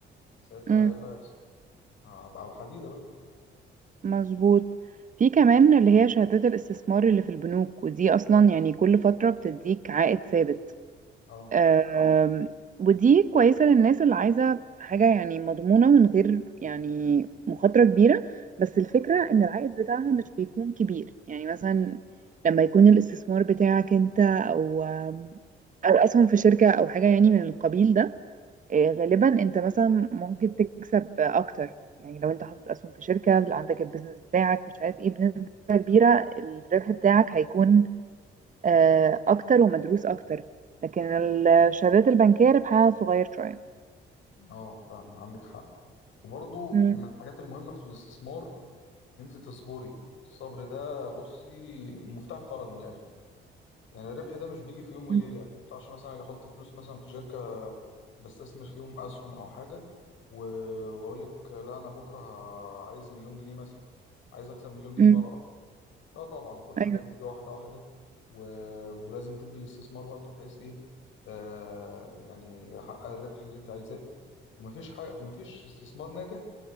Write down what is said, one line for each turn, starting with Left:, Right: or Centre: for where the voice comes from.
Left: ساعتها
Right: مم.
Left: ايه اللي هيحصل هبقى على الحديدة بقى
Right: مظبوط في كمان اللي هي شهادات الاستثمار اللي في البنوك ودي اصلا يعني كل فترة بتديك عائد ثابت
Left: اه
Right: آم، ودي كويسة للناس اللي عايزة حاجة يعني مضمونة من غير يعني مخاطرة كبيرة بس الفكرة ان العائد بتاعها مش بيكون كبير يعني مثلا لما يكون الاستثمار بتاعك انت او آم، او اسهم في شركة او حاجة يعني من القبيل ده آه، غالبا انت مثلا ممكن تكسب اكتر يعني لو انت حاطط اسهم في شركه اللي عندك البيزنس بتاعك مش عارف ايه بنسبه كبيره الربح بتاعك هيكون آه، اكتر ومدروس اكتر لكن الشهادات البنكيه ربحها صغير شويه
Left: مم. اه فعلا عندك حق وبرضو
Right: مم.
Left: من الحاجات المهمة في الاستثمار ان انت تصبري الصبر ده بصي مفتاح الفرج من الاخر يعني الربح ده مش بيجي في يوم وليلة
Right: مم.
Left: ما ينفعش مثلا اجي احط فلوس مثلا في شركة بستثمر فيهم اسهم او حاجة و... واقول لك لا انا بكرة ه- عايز مليون جنيه مثلا عايز اكسب مليون جنيه
Right: مم.
Left: مرة لا طبعا كل
Right: ايوه
Left: حاجة بتيجي واحدة واحدة و... ولازم تدي الاستثمار وقته بحيث ايه آه يعني يحقق الربح اللي انت عايزاه ومفيش حاجة مفيش استثمار ناجح